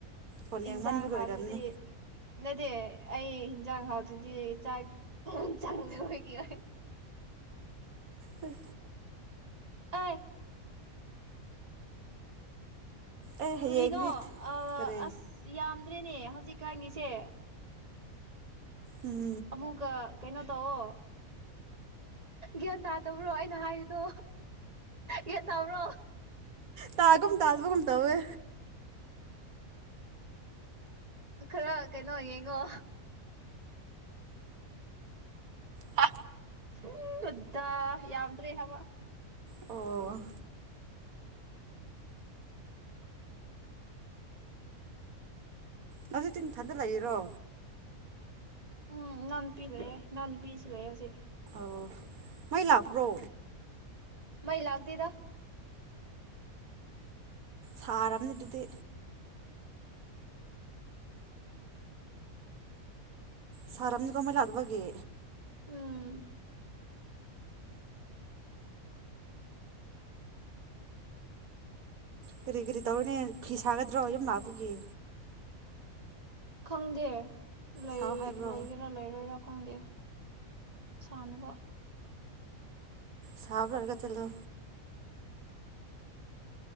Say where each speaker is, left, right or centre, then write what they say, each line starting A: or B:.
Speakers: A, on the right; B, on the right.
A: ꯐꯣꯟ ꯌꯦꯡꯃꯟꯕꯒꯤ
B: ꯏꯟꯖꯥꯡꯥꯡ ꯍꯥꯎꯗ꯭ꯔꯗꯤ
A: ꯑꯣꯏꯔꯝꯅꯤ
B: ꯅꯗꯦ ꯑꯩ ꯍꯤꯟꯖꯥꯡ ꯍꯥꯎꯗ꯭ꯔ ꯑꯗꯨꯗꯤ ꯆꯥꯛ ꯆꯡꯗ ꯑꯣꯏꯒꯤ ꯑꯣꯏ
A: ꯎ <inaudible>
B: ꯑꯏ
A: ꯑꯦ ꯍꯌꯦꯡꯗꯤ
B: ꯀ꯭ꯔꯤꯅꯣ ꯑ
A: ꯀꯔꯤ
B: ꯑꯁ ꯌꯥꯝ ꯐꯔꯦꯅꯦ ꯍꯧꯖꯤꯛꯀꯥꯟꯒꯤꯁꯦ
A: ꯎꯝ
B: ꯑꯃꯨꯛꯀ ꯀꯩꯅꯣ ꯇꯧꯑꯣꯣ ꯒ꯭ꯌꯥꯟ ꯇꯥꯗꯕ꯭ꯔꯣ ꯑꯩꯅ ꯍꯥꯏꯔꯤꯗꯣ ꯒ꯭ꯌꯥꯟ ꯇꯥꯕ꯭ꯔꯣ
A: ꯇꯥꯒꯨꯃ ꯇꯥꯗꯕꯒꯨꯝ ꯇꯎꯋꯦ
B: ꯈꯔ ꯀꯩꯅꯣ ꯌꯦꯡꯉꯣ
A: ꯑ
B: ꯑꯣ ꯇ ꯌꯥꯎꯗ꯭ꯔꯦ ꯍꯥꯏꯋꯥ
A: ꯑꯣ ꯅꯁꯨ ꯇꯤꯟ ꯊꯥꯗꯂꯛꯏꯔꯣ
B: ꯎꯝ ꯅꯟ ꯄ ꯂꯩꯦ ꯅꯟ ꯐꯕꯤꯔꯤꯖ ꯂꯩꯑꯣꯁꯦ
A: ꯑꯣ ꯃꯥꯏ ꯂꯥꯛꯄ꯭ꯔꯣ
B: ꯃ ꯂꯒꯗꯗ
A: ꯁꯥꯔꯝꯅꯤ ꯑꯗꯨꯗꯤ ꯁꯔꯝꯅꯤ ꯀꯣꯃꯦꯂ ꯑꯗꯨꯗꯕꯒꯤꯦ
B: ꯎꯝ
A: ꯀꯔꯤ ꯀꯔꯤ ꯇꯧꯔꯤꯅꯦ ꯐꯤ ꯁꯥꯒꯗ꯭ꯔꯣ ꯌꯨꯝ ꯂꯥꯛꯄꯒꯤ
B: ꯈꯪꯗꯦ ꯂꯩ
A: ꯁꯥꯎ ꯍꯥꯏꯕ꯭ꯔꯣ
B: ꯂꯩꯒꯦꯔꯥ ꯂꯩꯔꯣꯏꯔꯥ ꯐꯪꯗꯦ ꯁꯥꯟꯅꯕ
A: ꯁꯥꯥꯎ ꯂꯔꯒ ꯆꯂꯣ